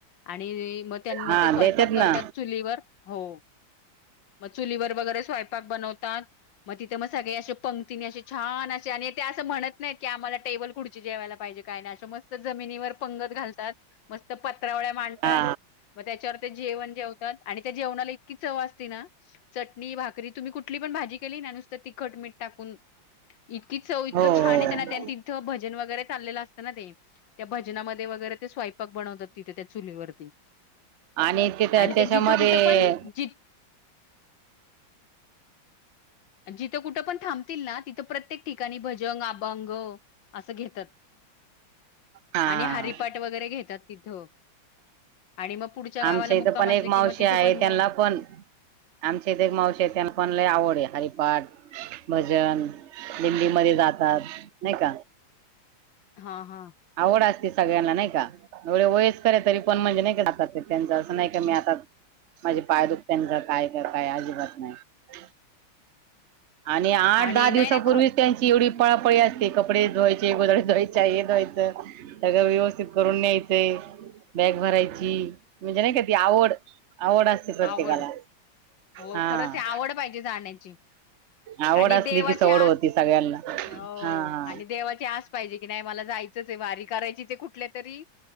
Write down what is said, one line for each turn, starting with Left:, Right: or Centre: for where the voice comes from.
Left: आणि म त्यां म
Right: हा
Left: ते स्वयंपाक
Right: देतात
Left: करतात
Right: ना
Left: चुलीवर हो. मग चुलीवर वगैरे स्वयंपाक बनवतात मग तिथे मग सगळे असे पं ति असे छान असे आणि ते असं म्हणत नाहीत की आ्माला टेबल कुडची जेवायला पाहिजे काय नाही अ मस्त जमिनीवर पंगत घालतात मस्त पत्रवळ्या मांडतात.
Right: हा
Left: मग त्याच्यावर ते जेवण जेवतात आणि त्या जेवणाला इतकी चव असते ना. चटणी भाकरी तुम्ही कुठली पण भाजी केली ना नुसत तिखट मिठ इतकी चव इतकं
Right: हो हो
Left: छान त्यांना तिथं भजन वगैरे चाललेलं असत ते त्या भजनामध्ये वगैरे ते स्वयंपाक बनवतात तिथे त्या चुलीवरती
Right: आणि तिथं
Left: आणि
Right: त्याच्यामध्ये
Left: ते जित कुठं पण ज जिथं कुठं पण थांबतील ना तिथं प्रत्येक ठिकाणी भजन अभंग असं घेतात
Right: हा
Left: आणि हारीपाट वगैरे घेतात तिथं आणि मग पुढच्या गावाला
Right: आमच्या
Left: मुक्काम
Right: इथं पण
Left: असले
Right: एक मावशी
Left: की मग तिथं
Right: आहे
Left: पण मग
Right: त्यांना पण आमचे तेे एक मावशी त्यांना पण लय आवड आहै पाठ भाजन जल्दी मादे जातात नाही का..
Left: हा हा
Right: आवड असते सगळ्यांना नाही का एवढे वयस कर आहै तरी पण म्हणजे नाही राह. त्यांच असं नाही का मी आता माझे पाय दुखतनच काय का काय अजिबात नाही आणि आठ
Left: आणि
Right: दहा दिवसाांपूर्वीच
Left: नाही नाही ख
Right: त्यांची एवढी पळापळी असते कपडे धवायचे गोदडे धुवायचे हे धवायचे त्याग व्यवस्थित करून न्यायचंय <inaudible> बॅग भरायची म्हणजे नाही का ती आवड आवड असते प्रत्येकाला
Left: आवड हो
Right: हा
Left: खरच आवड पाहिजे जाण्याची
Right: आवड
Left: आणि
Right: असली
Left: देवाची
Right: की सवड
Left: आस
Right: होती सगळ्यांना
Left: हो
Right: हा हा
Left: आणि देवाची आस पाहिजे के नाही मला जायचच वारी करायची कुठ तरी